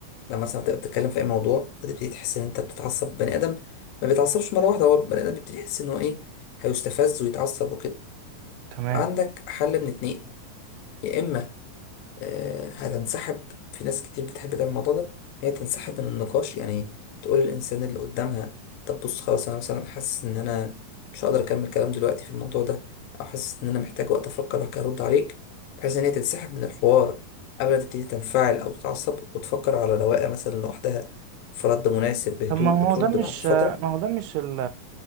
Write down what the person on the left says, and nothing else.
لما مثلا تبقى بتتكلم في اي موضوع وتبتدي تحس ان انت بتتعصب بني ادم ما بيتعصبش مره واحده هو بني ادم بيبتدي يحس ان هو ايه هيستفز ويتعصب وكده
عندك حل من اتنين يا اما آه، هتنسحب في ناس كتير بتحب تعمل الموضوع ده إن هي تنسحب من النقاش يعني تقول للإنسان اللي قدامها طب بص خلاص أنا مثلا حاسس إن أنا مش هقدر أكمل كلام دلوقتي في الموضوع ده أو حاسس إن أنا محتاج وقت أفكر هرد عليك بحيث إن هي تنسحب من الحوار قبل ما تبتدي تنفعل أو تتعصب وتفكر على رواقة مثلا لوحدها في رد مناسب بهدوء
وترد
بعد فترة